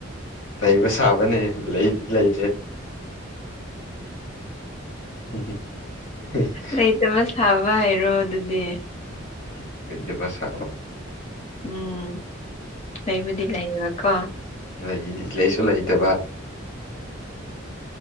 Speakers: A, on the left; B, on the left.
A: ꯂꯩꯕ ꯁꯥꯕꯅꯦ ꯂꯩꯗꯤ ꯂꯩꯇ꯭ꯔꯦ <unintelligible>
B: ꯂꯩꯇꯕ ꯁꯥꯕ ꯍꯥꯏꯔꯣ ꯑꯗꯨꯗꯤ
A: ꯎꯝ ꯂꯩꯇꯥꯕ ꯁꯥꯕ
B: ꯎꯝ ꯑꯩꯕꯨꯗꯤ ꯂꯩꯌꯦꯕꯀꯣ
A: ꯂꯩ ꯂꯩꯁꯨ ꯂꯩꯇꯕ